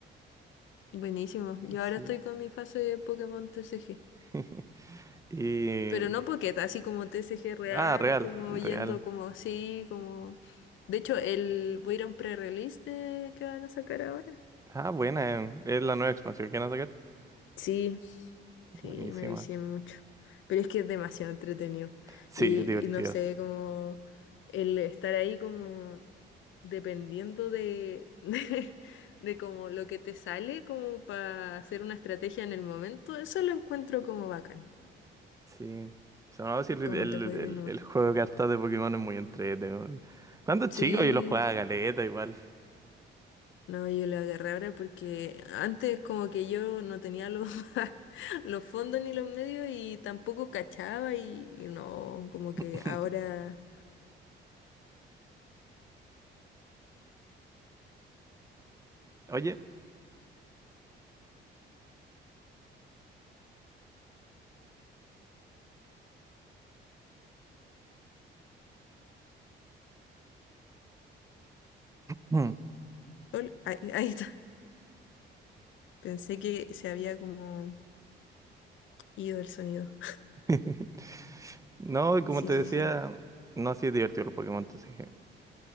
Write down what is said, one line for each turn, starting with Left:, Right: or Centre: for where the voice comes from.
Left: Buenísimo. Yo
Right: Sí.
Left: ahora estoy con mi fase de Pokémon TCG.
Right: <laughs> Y.
Left: Pero no Pocket, así como TCG real,
Right: Ah, Real,
Left: como yendo
Right: Real.
Left: como así, como... De hecho, el... voy a ir a un pre-release de... que van a sacar ahora.
Right: Ah, buena, eh, es la nueva expansión que van a sacar.
Left: Sí, Sí,
Right: Buenísima.
Left: me vicié mucho. Pero es que es demasiado entretenido.
Right: Sí,
Left: Y,
Right: es divertido.
Left: y no sé, como el estar ahí como dependiendo de, <laughs> de, como lo que te sale, como para hacer una estrategia en el momento, eso lo encuentro como bacán,
Right: Sí. Se me va a decir, el,
Left: como te puede
Right: el,
Left: ir nomás.
Right: el juego de cartas de Pokémon es muy entretenido. Cuando chico
Left: Sí,
Right: yo lo jugaba a galeta igual.
Left: no, yo lo agarré ahora porque antes como que yo no tenía los, <laughs> los fondos ni los medios y tampoco cachaba y, y no, como que
Right: <laughs>
Left: ahora...
Right: Oye, mm.
Left: Ol- ahí, ahí está. Pensé que se había como ido el sonido.
Right: <laughs> no, y como
Left: Sí,
Right: te
Left: sí,
Right: decía,
Left: sí.
Right: no, así es divertido los Pokémon, te dije.